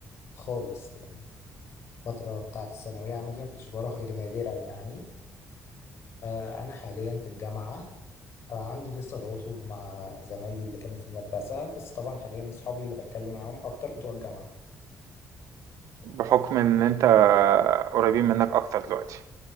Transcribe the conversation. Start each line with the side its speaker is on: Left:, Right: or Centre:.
Left: خالص يعني الفتره بتاعه الثانويه عامه دي ما كنتش بروح غير نادرا يعني آه، انا حاليا في الجامعه آه، عندي لسه تواصل مع زمايلي اللي كانوا في المدرسة بس طبعا حاليا أصحابي اللي بتكلم معاهم أكتر بتوع الجامعة
Right: بحكم ان انت قريبين منك اكتر دلوقتي